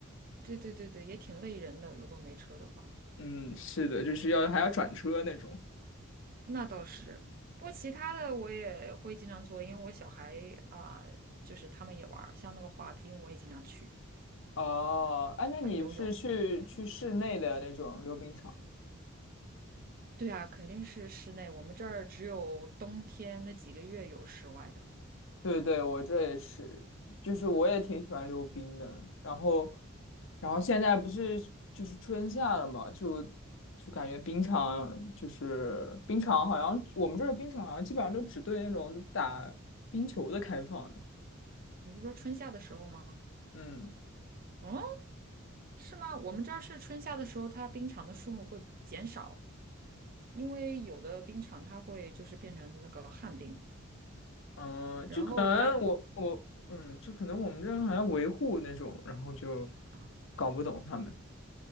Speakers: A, on the right; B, on the left.
A: 对对对对，也挺累人的，如果没车的话，
B: 嗯，是的，就是要还要转车那种。
A: 那倒是。不过其他的我也会经常做，因为我小孩啊、就是他们也玩儿，像那个滑冰我也经常去，
B: 哦，哎，那你是去去室内的那种溜冰场？
A: 还游泳。对啊，肯定是室内，我们这儿只有冬天那几个月有室外的。
B: 对对，我这也是，就是我也挺喜欢溜冰的。然后，然后现在不是就是春夏了嘛，就就感觉冰场就是冰场，好像我们这儿冰场好像基本上都只对那种打冰球的开放。
A: 你是说春夏的时候吗？
B: 嗯
A: 嗯，是吗？我们这儿是春夏的时候，它冰场的数目会减少，因为有的冰场它会就是变成那个旱冰，
B: 嗯，呃就可能我我嗯，
A: 然后大
B: 就可能我们这儿好像维护那种，然后就
A: 啊、
B: 搞不懂他们。